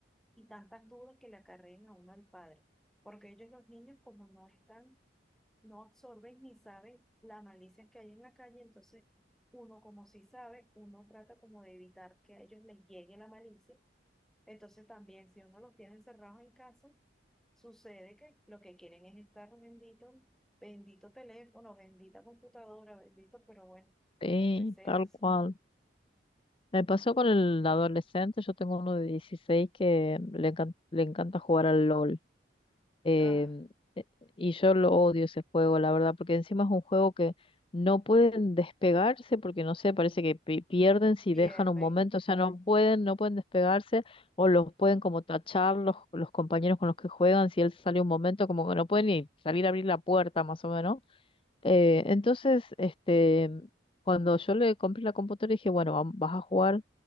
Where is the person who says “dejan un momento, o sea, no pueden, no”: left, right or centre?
Left